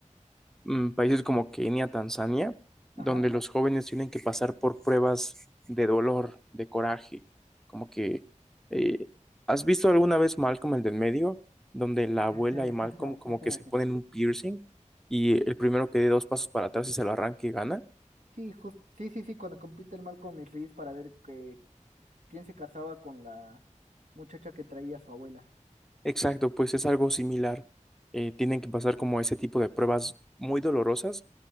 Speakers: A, in the centre; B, on the right (about 75°).
A: mm, países como Kenia, Tanzania, donde
B: Ajá.
A: los jóvenes tienen que pasar por pruebas de dolor, de coraje, como que eh, ¿has visto alguna vez Malcolm el del medio, donde
B: <laughs>
A: la abuela y Malcolm como que se ponen un piercing y el primero que dé dos pasos para atrás y se lo arranque y gana?
B: Sí, jus- sí, sí, sí, cuando compite el Malcolm y Reese para ver que, quién se casaba con la muchacha que traía a su abuela.
A: Exacto, pues es algo similar. Eh, tienen que pasar como ese tipo de pruebas muy dolorosas